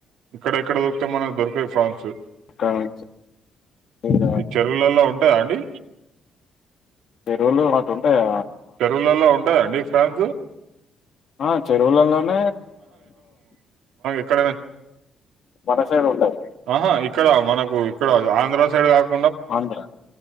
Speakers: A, on the right; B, on the left.
A: ఇక్కడ ఎక్కడ దొరకుతయి మనకు దొరకవు ప్రాన్స్
B: అక్కడ నుంచి ఇగ
A: ఈ చెరువులలో ఉంటాయా అండి
B: చెరువులు అటుంటయా
A: చెరువులలో ఉంటాయా అండి ప్రాన్స్
B: ఆ చెరువులలో మ
A: ఇక్కడ
B: మన సైడ్ ఉంటాయి
A: ఆహా ఇక్కడ మనకు ఇక్కడ ఆంధ్ర సైడ్ కాకు
B: ఆంధ్ర